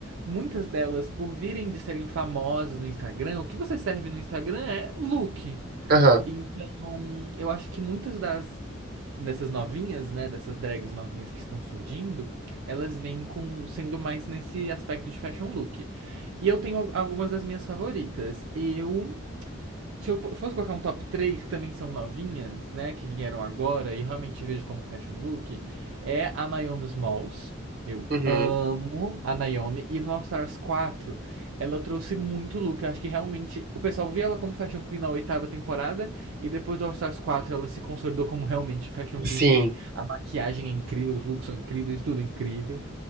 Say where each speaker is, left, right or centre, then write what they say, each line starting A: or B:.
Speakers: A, on the right (about 70°); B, on the right (about 45°).
A: muitas delas, por virem de serem famosas no Instagram, o que você serve no Instagram é look.
B: Aham.
A: Então, eu acho que muitas das dessas novinhas, né, dessas drags novinhas que estão surgindo, elas vêm com sendo mais nesse aspecto de fashion look. E eu tenho algumas das minhas favoritas. Eu se eu fosse colocar um top 3 que também são novinhas, né, que vieram agora e realmente vejo como fashion look, é a Naomi Smalls. Eu
B: Uhum.
A: amo a Naomi e no All Stars 4, ela trouxe muito look. Eu acho que realmente o pessoal via ela como Fashion Queen na oitava temporada e depois do All Stars 4 ela se consolidou como realmente Fashion
B: Sim.
A: Queen, porque maquiagem é incrível, os looks são incríveis, tudo é incrível.